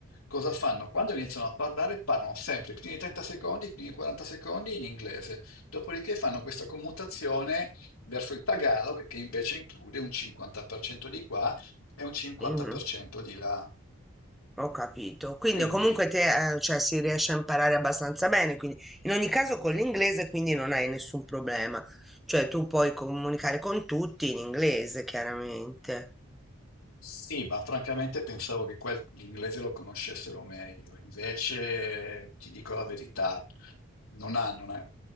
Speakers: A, on the left (about 85°); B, in the centre.
A: cosa fanno? Quando iniziano a parlare, parlano sempre i primi 30 secondi, i primi 40 secondi in inglese. Dopodiché fanno questa commutazione verso il tagalog, che invece include un 50% di qua e un 50%
B: mhm.
A: di là.
B: Ho capito. Quindi
A: Quindi.
B: comunque te, eh, cioè, si riesce a imparare abbastanza bene, quindi in ogni caso con l'inglese quindi non hai nessun problema. Cioè tu puoi comunicare con tutti in inglese, chiaramente.
A: Sì, ma francamente pensavo che quel- l'inglese lo conoscessero meglio, invece ti dico la verità, non hanno una,